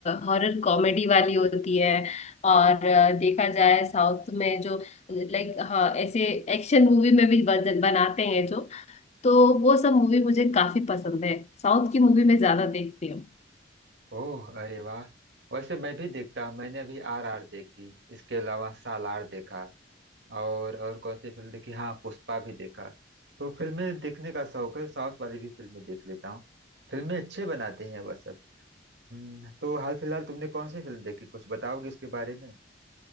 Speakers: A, on the left (about 35°); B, on the right (about 70°).
A: हॉरर कॉमेडी वाली होती है और अ, देखा जाए साउथ में जो लाइक हाँ ऐसे एक्शन मूवी में भी बन- बनाते हैं जो तो वो सब मूवी मुझे काफी पसंद है साउथ की मूवी में ज्यादा देखती हूँ
B: ओह अरे वाह वैसे मैं भी देखता हूँ मैंने अभी आर आर देखी इसके अलावा सालार देखा और और कौन सी फिल्म देखी हाँ पुष्पा भी देखा तो फिल्में देखने का शौक है साउथ वाली भी फिल्में देख लेता हूँ फिल्में अच्छे बनाते हैं वह सब हम्म, तो हाल फिलहाल तुमने कौन सी फिल्म देखी कुछ बताओगी उसके बारे में